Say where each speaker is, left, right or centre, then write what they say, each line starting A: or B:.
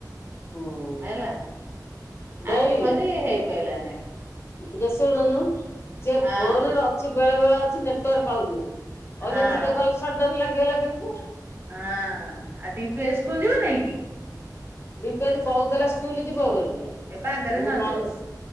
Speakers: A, on the left; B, on the right.
A: ହୁଁ
B: ହେଲା
A: ଦେଇ
B: ଆଖରି ହେଇ ପାଇଲାନାହିଁ।
A: ଟିକେ ଶୁଣୁନୁ ସିଏ
B: ହଁ
A: ଫୋନରେ ଅଛି ବେଳେ ବେଳେ ଅଛି ନେଟୱର୍କ ପାଉନି। ଅନା
B: ହଁ।
A: ଦିଟା କଲ୍ ସଡନ୍ ଲାଗିଗଲା କେମତି।
B: ହଁ ଆଉ ଡିମ୍ପି ଆଜି ସ୍କୁଲ ଯିବ ନାଇଁ କି?
A: ଡିମ୍ପି ଆଜି କହୁଥୀଲା ସ୍କୁଲ ଯିବ ବୋଲି
B: ଏ ପାଗରେ
A: ମୁଁ
B: ନ
A: ମନସ୍?
B: ଯାଉ